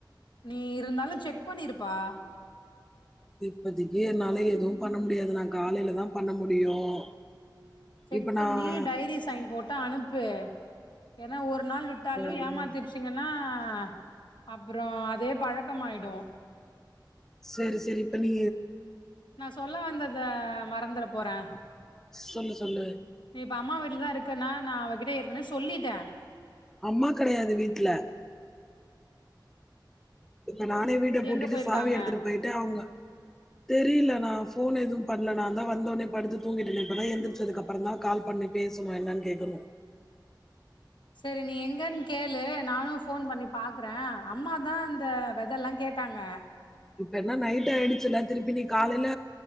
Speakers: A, on the left; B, in the centre.
A: நீ இருந்தாலும் செக் பண்ணிருப்பா
B: இப்பதைக்கு என்னால எதுவும் பண்ண முடியாது நான் காலையில தான் பண்ண முடியும்
A: செக்
B: இப்ப
A: பண்ணி
B: நான்
A: டைரி சைன் போட்டு அனுப்பு ஏன்னா ஒரு நாள் விட்டாலும்
B: ம்
A: ஏமாத்திருச்சுங்கன்னா ஆஹ் அப்புறம் அதே பழக்கமாயிடும்
B: செரி செரி இப்ப நீ
A: நான் சொல்ல வந்தத மறந்தற போறே
B: சொல்லு சொல்லு
A: நீ இப்ப அம்மா வீட்டுலதான் இருக்கன்னா நான் அவகிட்ட ஏற்கனவே சொல்லிட்டேன்
B: அம்மா கெடையாது வீட்ல இப்ப நானே வீட்ட பூட்டிட்டு
A: எங்க போயிருக்காங்க
B: சாவி எடுத்துட்டு போயிட்டு அவுங்க தெரில நான் போன் எதுவும் பண்ணல நான்ந்தான் வந்தோனோ படுத்து தூங்கிட்டேனே இப்பதான் எந்திரிச்சதுக்கு அப்புறம் தான் கால் பண்ணி பேசணும் என்னன்னு கேக்கனு
A: சரி நீ எங்கன்னு கேளு நானும் போன் பண்ணி பாக்குறேன் அம்மாதான் இந்த வெதலாம் கேட்டாங்க
B: இப்ப என்னா நைட் ஆயிடுச்சுல்ல திருப்பி நீ காலைல